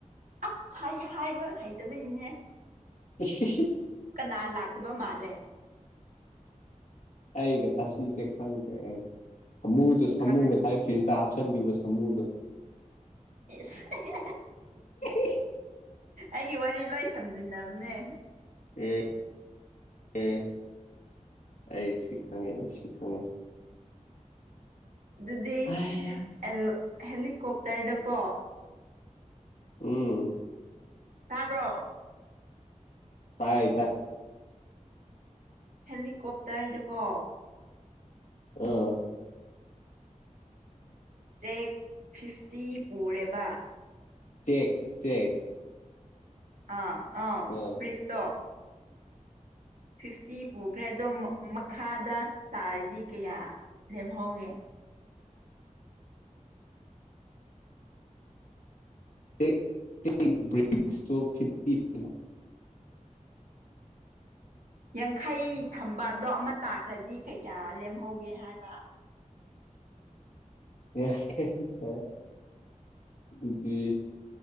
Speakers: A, on the right; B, on the left.
A: ꯑꯁ ꯍꯥꯏꯒꯦ ꯍꯥꯏꯕ ꯍꯩꯇꯕꯏꯅꯤꯅꯦ꯫
B: <unintelligible>
A: ꯀꯅꯥ ꯂꯥꯛꯇꯕ ꯃꯥꯜꯂꯦ
B: ꯑꯩꯒ ꯑꯁꯤꯁꯦ ꯈꯪꯈ꯭ꯔꯦ ꯑꯩ ꯑꯃꯨꯗꯨ ꯁꯃꯨ
A: ꯈꯪꯉ
B: ꯉꯁꯥꯏ ꯐ꯭ꯔꯤꯖꯇ ꯍꯥꯞꯆꯟꯒꯤꯕ ꯁꯥꯃꯨꯗꯣ
A: ꯏꯖ
B: ꯑꯦ
A: ꯑꯩꯒꯤ ꯋꯥꯔꯤ ꯂꯣꯏ ꯁꯝꯖꯤꯟꯅꯕꯅꯦ꯫
B: ꯑꯦ ꯑꯦ ꯑꯩꯁꯤ ꯈꯉꯦ ꯑꯩꯁꯤ ꯈꯉꯦ꯫
A: ꯑꯗꯨꯗꯤ
B: ꯍꯥꯏꯌꯥ
A: ꯑꯂꯣ ꯍꯦꯂꯤꯀꯣꯞꯇꯔꯗꯀꯣ꯫
B: ꯎꯝ
A: ꯇꯥꯕ꯭ꯔꯣ꯫
B: ꯇꯥꯏ ꯇꯥꯏ
A: ꯍꯦꯂꯤꯀꯣꯞꯇꯔꯗꯨꯀꯣ
B: ꯑꯥ
A: ꯆꯦꯛ ꯐꯤꯐꯇꯤ ꯄꯨꯔꯦꯕ
B: ꯆꯦꯛ ꯆꯦꯛ
A: ꯑꯥ ꯑꯥ
B: ꯑ
A: ꯄꯤꯁꯇꯣ ꯐꯤꯐꯇꯤ ꯄꯨꯈ꯭ꯔꯦ ꯑꯗꯣ ꯃꯈꯥꯗ ꯇꯥꯔꯗꯤ ꯀꯌꯥ ꯂꯦꯝꯍꯧꯒꯦ
B: ꯆꯦꯛ <unintelligible> ꯇꯣ ꯐꯤꯞꯇꯤ <unintelligible>
A: ꯌꯥꯡꯈꯩ ꯊꯝꯕ ꯑꯗꯣ ꯑꯃ ꯇꯥꯈ꯭ꯔꯗꯤ ꯀꯌꯥ ꯂꯦꯝꯍꯧꯒꯦ ꯍꯥꯏꯕ
B: ꯍꯦ <unintelligible> ꯑꯗꯨꯗꯤ